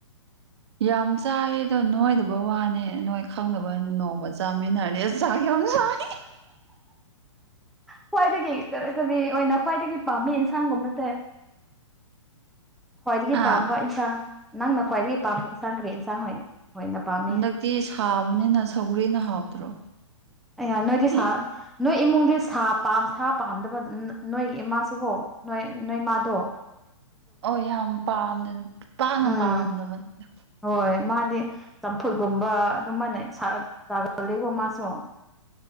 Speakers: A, on the right; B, in the centre.
A: ꯌꯥꯝ ꯆꯥꯏꯌꯦ ꯑꯗꯣ ꯅꯣꯏꯗꯕ ꯋꯥꯅꯦ ꯅꯣꯏ ꯈꯪꯗꯕꯅ ꯅꯣꯡꯃ ꯆꯥꯃꯤꯟꯅꯔꯅꯤ ꯑꯁ ꯆꯥꯛ ꯌꯥꯝ ꯁꯥꯏ
B: ꯈ꯭ꯋꯥꯏꯗꯒꯤ ꯀꯔꯤ ꯀꯔꯤ ꯑꯣꯏꯅ ꯈ꯭ꯋꯥꯏꯗꯒꯤ ꯄꯥꯝꯃꯤ ꯌꯦꯟꯁꯥꯡꯒꯨꯝꯕꯁꯦ ꯈ꯭ꯋꯥꯏꯗꯒꯤ
A: ꯑꯥ
B: ꯄꯥꯝꯕ ꯏꯟꯁꯥꯡ ꯅꯪꯅ ꯈ꯭ꯋꯥꯏꯗꯒꯤ ꯄꯥꯝꯕ ꯏꯟꯁꯥꯡ ꯀꯔꯤ ꯏꯟꯁꯥꯡ ꯑꯣꯏ ꯑꯣꯏꯅ ꯄꯥꯝꯃꯦ
A: ꯍꯟꯗꯛꯇꯤ ꯁꯥꯕꯅꯤꯅ ꯁꯧꯒ꯭ꯔꯤꯅ ꯍꯥꯎꯇ꯭ꯔꯣ
B: ꯑꯩ ꯅꯣꯏꯗꯤ ꯁꯥ
A: ꯎꯝ
B: ꯅꯣꯏ ꯏꯃꯨꯡꯗꯤ ꯁꯥ ꯄꯥ ꯁꯥ ꯄꯥꯝꯗꯕ ꯅꯣꯏꯒꯤ ꯏꯃꯥꯁꯨꯀꯣ ꯅꯣꯏ ꯅꯣꯏꯃꯥꯗꯣ
A: ꯑꯣ ꯌꯥꯝ ꯄꯥꯝꯗꯅ ꯄꯥꯛꯅ
B: ꯎꯝ
A: ꯄꯥꯝꯗꯕꯅꯦꯗ
B: ꯍꯣꯏ ꯃꯥꯗꯤ ꯆꯝꯐꯨꯠꯒꯨꯝꯕ ꯑꯗꯨ ꯃꯥꯟꯅꯩ ꯆꯥꯒꯂꯦꯀꯣ ꯃꯥꯁꯨ